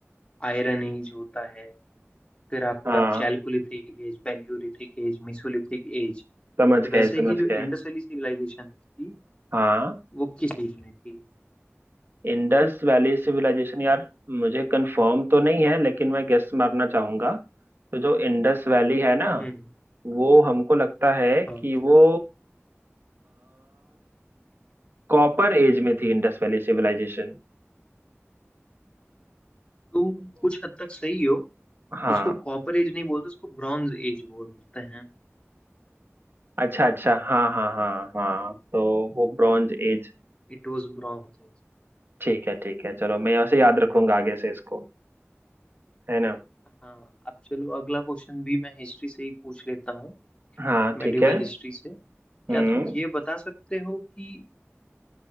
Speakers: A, on the left; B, on the right.
A: आयरन एज होता है फिर आपका
B: हाँ
A: chalcolithic age palaeolithic age mesolithic age
B: समझ
A: तो वैसे
B: गए समझ
A: ही जो
B: गए
A: इंडस वैली सिविलाइजेशन थी
B: हाँ
A: वो किस एज में थी
B: इंडस वैली सिविलाइजेशन यार मुझे कंफर्म तो नहीं है लेकिन मैं गेस मारना चाहूंगा तो जो इंडस वैली है ना
A: हम्म
B: वो हमको लगता है
A: हाँ
B: कि वो कॉपर एज में थी इंडस वैली सिविलाइजेशन
A: तुम कुछ हद तक सही हो
B: हाँ
A: उसको कॉपर एज नहीं बोलते उसको ब्रॉन्ज एज बोलते हैं
B: अच्छा अच्छा हाँ हाँ हाँ हाँ तो वो ब्रॉन्ज एज
A: It was bronze age
B: ठीक है ठीक है चलो मैं उसे याद रखूंगा आगे से इसको है ना
A: हाँ अब चलो अगला क्वेश्चन भी मैं हिस्ट्री से ही पूछ लेता हूँ
B: हाँ ठीक
A: मेडिवल
B: है
A: हिस्ट्री से क्या
B: हम्म
A: तुम ये बता सकते हो कि